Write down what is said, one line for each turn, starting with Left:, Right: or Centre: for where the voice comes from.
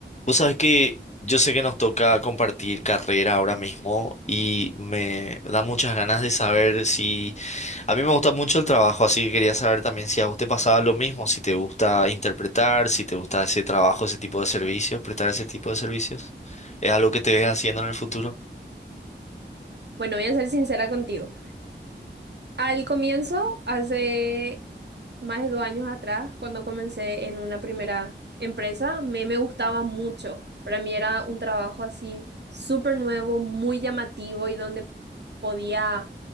Left: Vos sabés que yo sé que nos toca compartir carrera ahora mismo y me da muchas ganas de saber si... A mí me gusta mucho el trabajo, así que quería saber también si a vos te pasaba lo mismo, si te gusta interpretar, si te gusta ese trabajo, ese tipo de servicios, prestar ese tipo de servicios. ¿Es algo que te ves haciendo en el futuro?
Right: Bueno, voy a ser sincera contigo. Al comienzo, hace más de dos años atrás, cuando comencé en una primera empresa, me, me gustaba mucho. Para mí era un trabajo así súper nuevo, muy llamativo y donde podía